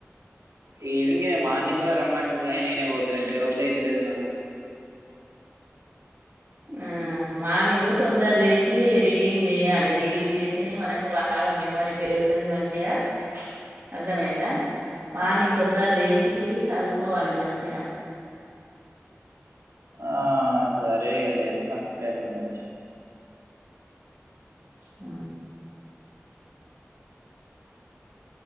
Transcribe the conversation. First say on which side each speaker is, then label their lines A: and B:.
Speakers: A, on the right; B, on the right.
A: ఈవినింగ్ మార్నింగ్ అ <unintelligible> తెలియదు నాకు
B: ఆ మార్నింగ్ తొందర లేసి రీడింగ్ చేయాలి రీడింగ్ చేస్తేనే మనకు బాగా మెమోరీ పెరుగుతాది మంచిగా అర్థమయిందా మార్నింగ్ తొందర లేసి చదువుకు కోవాలి మంచిగా
A: ఆ సరే ఎర్లీ గా లేస్తా రేపటి నుంచి
B: హు